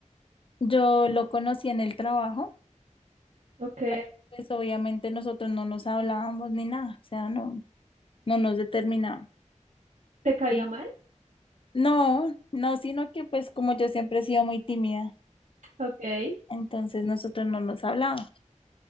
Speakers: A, on the left (about 45°); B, on the right (about 75°).
A: yo lo conocí en el trabajo,
B: Ok,
A: pero pues obviamente nosotros no nos hablábamos ni nada, o sea, no, no nos determinábamos.
B: ¿te caía
A: Y
B: mal?
A: no, no, sino que pues como yo siempre he sido muy tímida,
B: Ok.
A: entonces nosotros no nos hablábamos.